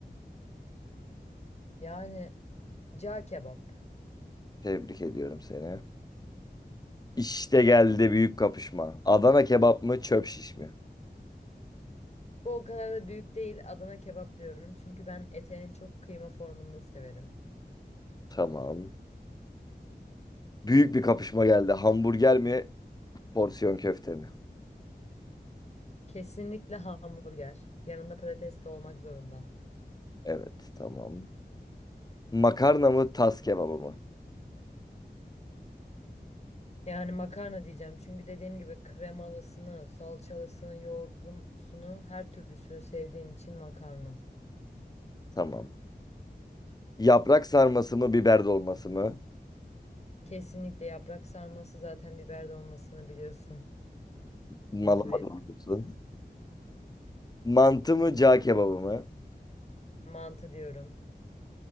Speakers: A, on the left (about 40°); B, on the left (about 25°).
A: Yani cağ kebap.
B: Tebrik ediyorum seni. İşte geldi büyük kapışma. Adana kebap mı, çöp şiş mi?
A: Bu o kadar da büyük değil. Adana kebap diyorum. Çünkü ben ete en çok kıyma formunda severim.
B: Tamam. Büyük bir kapışma geldi. Hamburger mi, porsiyon köfte mi?
A: Kesinlikle hamburger. Yanında patates de olmak zorunda.
B: Evet, tamam. Makarna mı, tas kebabı mı?
A: Yani makarna diyeceğim. Çünkü dediğim gibi kremalısını, salçalısını, yoğurtlusunu, her türlüsünü sevdiğim için makarna.
B: Tamam. Yaprak sarması mı, biber dolması mı?
A: Kesinlikle yaprak sarması zaten biber dolmasını biliyorsun.
B: Malama
A: <laughs> Mecburiyet.
B: diyorsun. Mantı mı, cağ kebabı mı?
A: Mantı diyorum.